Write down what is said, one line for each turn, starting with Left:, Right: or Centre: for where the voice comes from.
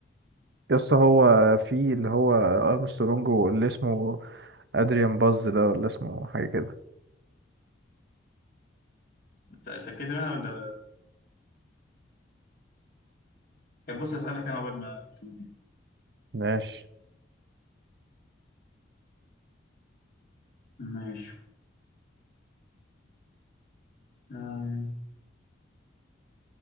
Right: يا اسطى هو في اللي هو ارمسترونج واللي اسمه ادريان باز ده ولا اسمه حاجه كده
Left: اتأكدت منها ولا كان بص اسألك انا قبل ما تشوف دي
Right: ماشي
Left: ماشي آه،